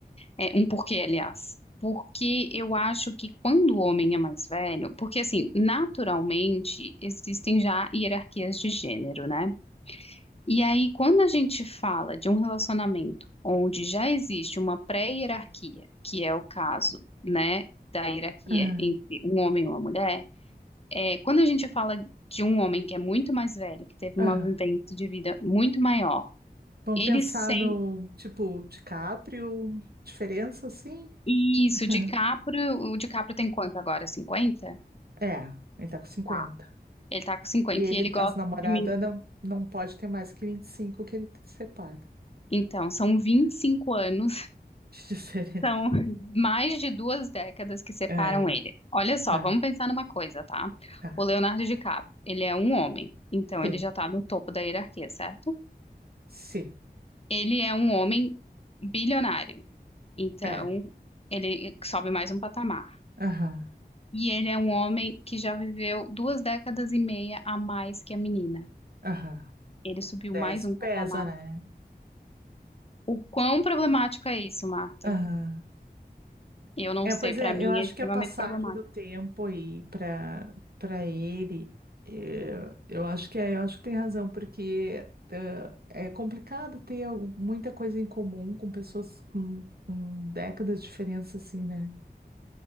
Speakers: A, on the left; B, on the right.
A: É, um porquê, aliás. Porque eu acho que quando o homem é mais velho, porque assim, naturalmente existem já hierarquias de gênero, né? E aí, quando a gente fala de um relacionamento onde já existe uma pré-hierarquia, que é o caso, né, da hierarquia
B: aham,
A: entre um homem e uma mulher, é, quando a gente fala de um homem que é muito mais velho, que teve
B: aham.
A: uma vivência de vida muito maior,
B: Vamos
A: ele
B: pensar
A: sem
B: no, tipo, DiCaprio, diferença, assim?
A: isso,
B: <laughs>
A: DiCaprio, o DiCaprio tem quanto agora? 50?
B: É, é, ele tá com cinquenta
A: Tá. Ele tá com 50
B: E ele,
A: e ele gosta
B: as namoradas
A: de mim.
B: não, não pode ter mais que 25 que ele te separa.
A: Então, são vinte
B: <laughs>
A: e cinco anos
B: De diferença.
A: São <laughs> mais de duas décadas que separam
B: É,
A: ele. Olha só,
B: tá,
A: vamos pensar numa coisa, tá?
B: tá.
A: O Leonardo DiCaprio, ele é um homem, então
B: Sim,
A: ele já tá no topo da hierarquia, certo?
B: sim.
A: Ele é um homem bilionário, então
B: É.
A: ele sobe mais um patamar.
B: Aham,
A: E ele é um homem que já viveu duas décadas e meia a mais que a menina.
B: aham.
A: Ele subiu
B: É,
A: mais
B: isso
A: um
B: pesa,
A: patamar.
B: né?
A: O quão problemático é isso, Marta?
B: Aham.
A: Eu não
B: É,
A: sei,
B: pois
A: pra
B: é,
A: mim
B: eu acho
A: é extremamente
B: que a passagem
A: problemático.
B: do tempo aí para para ele, eh, eu acho que é, eu acho que tem razão, porque eh, é complicado ter al- muita coisa em comum com pessoas com, com décadas de diferença, assim, né?